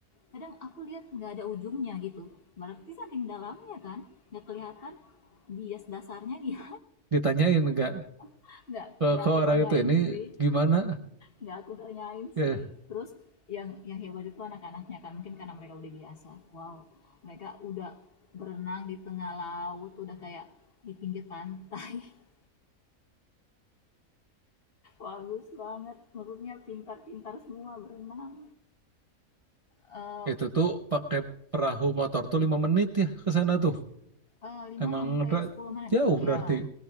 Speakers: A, on the left (about 45°); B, on the right (about 35°).
A: Kadang aku lihat nggak ada ujungnya gitu. Berarti saking dalamnya kan, nggak kelihatan bias dasarnya dia
B: Ditanyain enggak
A: <laughs> nggak
B: ke,
A: nggak
B: ke
A: aku
B: orang
A: tanyain
B: itu ini
A: sih,
B: gimana?
A: nggak aku tanyain
B: Ya,
A: sih. Terus yang yang hebat itu anak-anaknya kan mungkin karena mereka udah biasa. Wow, mereka udah berenang di tengah laut, udah kayak di pinggir pantai. <laughs> Bagus banget, maksudnya pintar-pintar semua berenang. Eh,
B: Itu tuh pakai perahu motor tuh lima menit ya ke sana tuh.
A: eh, 5
B: Emang
A: sampai
B: ra-
A: 10 menit.
B: jauh
A: ya
B: berarti.